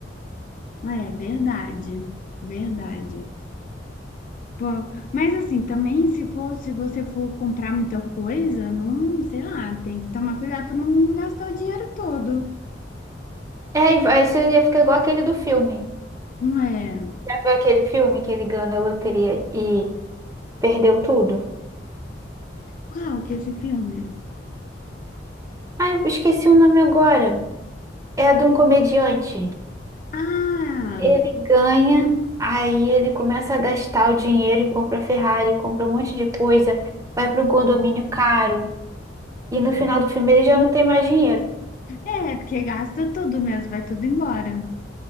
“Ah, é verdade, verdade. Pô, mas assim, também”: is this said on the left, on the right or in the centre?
Left